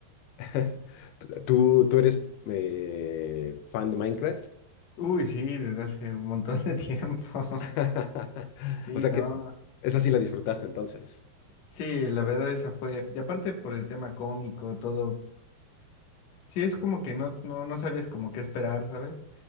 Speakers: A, on the left (about 85°); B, on the left (about 60°).
A: <laughs> tú, tú tú eres eh, fan de Minecraft.
B: Uy, sí, desde hace un montón de tiempo. <laughs>
A: <laughs>
B: Sí,
A: O sea
B: no.
A: que esa sí la disfrutaste entonces.
B: Sí, la verdad esa fue. Y aparte por el tema cómico, todo. Sí, es como que no, no, no sabías como qué esperar, ¿sabes?